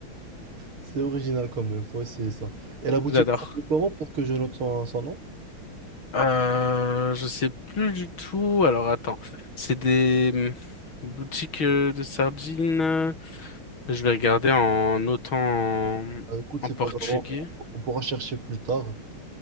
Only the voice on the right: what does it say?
C'est original quand même, faut essayer ça. Et la boutique,
elle s'appelle comment pour que je note son, son nom?
Euh, écoute,
c'est
pas grave, on, on pourra chercher plus tard.